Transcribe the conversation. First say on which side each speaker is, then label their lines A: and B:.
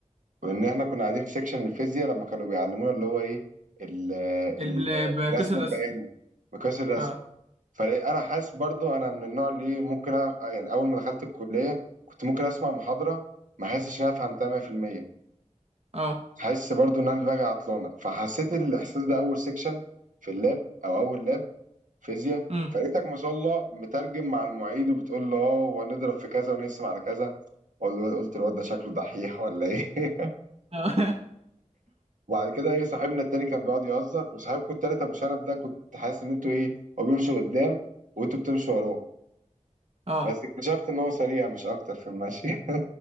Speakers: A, on the right (about 80°); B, on the right (about 50°).
A: وان احنا كنا قاعدين في سيكشن الفيزياء لما كانوا بيعلمونا اللي هو ايه ال-
B: ال-
A: ال-
B: بكسر
A: الرسم
B: الرسم
A: البياني مقياس الرسم
B: اه
A: فانا حاسس برضو انا من النوع اللي إيه، ممكن أ- يعني اول ما دخلت الكليه كنت ممكن اسمع محاضره ما حاسسش ان انا فهمتها 100%
B: اه
A: حاسس برضو ان انا دماغي عطلانه فحسيت الاحساس ده اول سيكشن في اللاب او اول لاب فيزياء
B: امم
A: فلقيتك ما شاء الله مترجم مع المعيد وبتقول له اه وهنضرب في كذا ونقسم على كذا وقلت الواد ده شكله دحيح ولا ايه
B: اه <laughs>
A: وبعد كده ايه صاحبنا التاني كان بيقعد يهزر وصاحبكم التالت ابو شنب ده كنت حاسس ان انتوا ايه هو بيمشي قدام وانتوا بتمشوا وراه
B: اه
A: بس اكتشفت ان هو سريع مش اكتر في المشي <laughs>